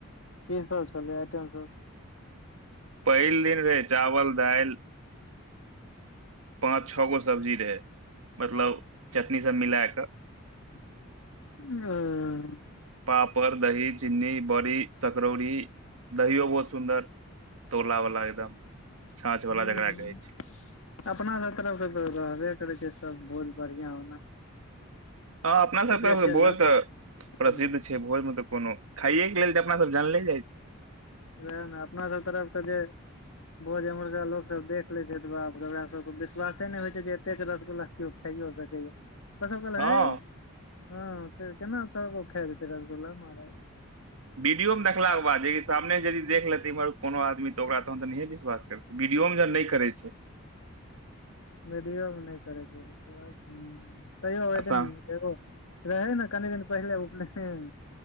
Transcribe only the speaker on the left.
के सब छलै आइटम सब
ओ
हूँ।
अपना घर तरफके तऽ रहबे करै छै सब भोज बढ़िआँ ओना
केलक
हूँ
वएह ने अपना सभ तरफ त जे भोज मुर्गा लोक सब देख ले छै बाप सब विश्वासे ने होइ छै जे एते रसगुल्ला कयो खाये सकैय ये तखन कहलक
हे हँ केना खा जेतैय रसगुल्ला महाराज
वडियोमे नहि करै छै ह तैयो ओहिदीन
एगो रहै ने कनि दिन पहिले उपनयन